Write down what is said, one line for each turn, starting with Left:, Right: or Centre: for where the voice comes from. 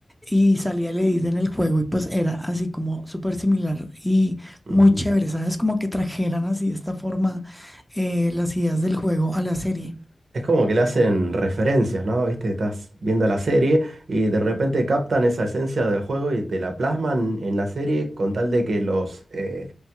Centre: y salía el edit en el juego y pues era así como súper similar y muy
Right: Ujú.
Centre: chévere, ¿sabes? Como que trajeran así de esta forma eh, las ideas del juego a la serie.
Right: Es como que le hacen referencias, ¿no? Viste, estás viendo la serie y de repente captan esa esencia del juego y te la plasman en la serie con tal de que los, eh,